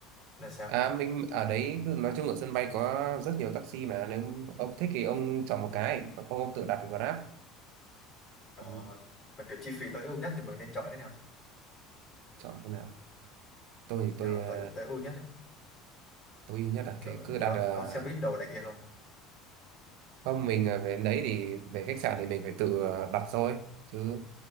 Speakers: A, on the left; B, on the right.
A: là sao
B: À, mình ở đấy cứ- nói chung ở sân bay có rất nhiều taxi mà nếu ông thích thì ông chọn một cái còn không ông tự đặt thì Grab
A: Ờ,
B: ừ.
A: mà kiểu chi phí tối ưu nhất thì mình nên chọn cái nào
B: chọn cái nào tôi thì tôi
A: Ờ,
B: ờ,
A: tối tối ưu nhất đấy
B: tôi nhất là
A: kiểu
B: thì cứ
A: nó
B: đặt ờ,
A: có xe buýt đồ này kia không
B: không mình ờ, về đến đấy thì về khách sạn thì mình phải tự ờ, đặt thôi chứ